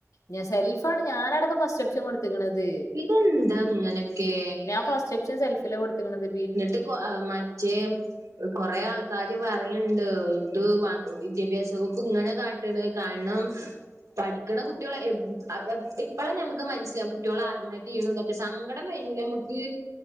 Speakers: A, on the left; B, on the right.
A: ഞ സെൽഫാണ് ഞാനടക്ക ഫസ്റ്റോപ്ഷൻ കൊടുത്ത് ത്ത്ക്കണത്
B: ഇതെന്താ ഇങ്ങനൊക്കെ?
A: ഞാൻ ഫസ്റ്റോപ്ഷൻ സെൽഫിലാ കൊടുത്ത്ക്കണത്
B: എന്നിട്ട് കൊ മറ്റേ കൊറെ ആൾ കാര് പറയണ്ട് ഇത് വ വിദ്യാഭ്യാസ വകുപ്പ് ഇങ്ങനെ കാട്ടണ് കാരണം പഠിക്ക്‌ണ കുട്ട്യോളെ എ മ് അ പ് ഇപ്പളാ ഞമ്മക്ക് മനസ്സിലാവും കുട്ട്യോള് ആത്മഹത്യ ചെയ്യണതും ഇതൊക് സങ്കടം വെരൂലെ അമ്മക്ക്